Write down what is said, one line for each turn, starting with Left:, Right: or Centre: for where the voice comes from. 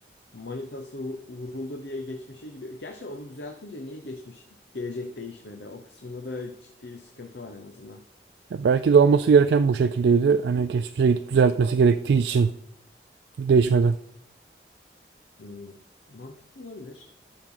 Left: Manitası vu- vuruldu diye geçmişe gidiyor. Gerçi onu düzeltince niye geçmiş gelecek değişmedi? O kısmında da ciddi bir sıkıntı var en azından.
Right: ya belki de olması gereken bu şekildeydi. Hani geçmişe gidip düzeltmesi gerektiği için değişmedi.
Left: Hmm, mantıklı olabilir.